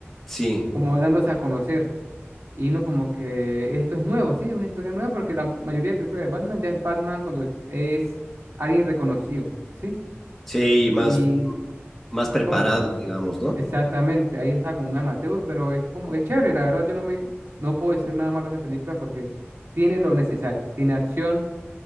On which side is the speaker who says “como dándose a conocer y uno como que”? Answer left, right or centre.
Right